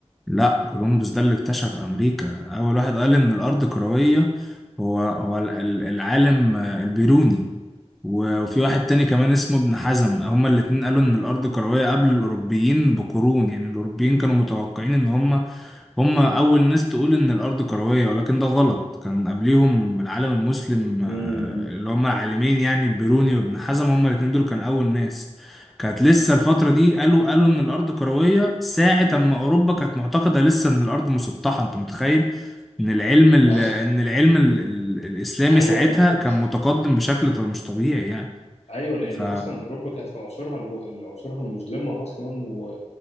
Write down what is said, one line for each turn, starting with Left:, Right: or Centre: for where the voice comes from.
Centre: لا كولومبوس ده اللي اكتشف امريكا اول واحد قال ان الارض كروية هو هو ال- ال- العالم آه، البيروني و- وفي واحد تاني كمان اسمه ابن حزم هما الاتنين قالوا ان الارض كروية قبل الاوروبيين بقرون يعني الاوروبيين كانوا متوقعين ان هما هم أول ناس تقول إن الأرض كروية ولكن ده غلط كان قبليهم العالم المسلم آه،
Left: امم
Centre: اللي هم العالمين يعني بيروني وابن حزم هم الاتنين دول كان أول ناس كانت لسه الفترة دي قالوا قالوا إن الأرض كروية ساعة أما أوروبا كانت معتقدة لسه إن الأرض مسطحة أنت متخيل إن العلم ال-
Left: آه،
Centre: إن العلم ال- ال- الإسلامي
Left: ايوه
Centre: ساعتها
Left: لان
Centre: كان متقدم بشكل ط- مش طبيعي يعني
Left: ايوه لان
Centre: ف
Left: اصلا اوروبا كانت في عصورها الو- عصورها المظلمة اصلا و...